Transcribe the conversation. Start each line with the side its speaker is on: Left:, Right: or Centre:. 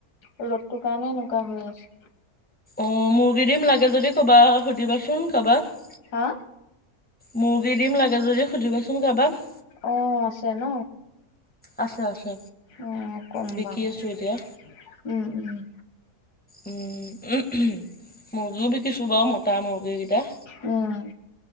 Left: ৰ'দটো কাৰণে এনেকুৱা হৈ আছে।
Centre: অ', মুৰ্গী দিম লাগে যদি কবা সুধিবাচোন কাৰোবাক।
Left: হা?
Centre: মুৰ্গী দিম লাগে যদি সুধিবাচোন কাৰোবাক।
Left: অ', আছে ন?
Centre: আছে আছে।
Left: অ', কম
Centre: বিকি
Left: বাৰু
Centre: আছোঁ এতিয়া,
Left: উম উম।
Centre: উম, উম মুৰ্গীও বিকিছো বাৰু মতা মুৰ্গীকেইটা।
Left: উম।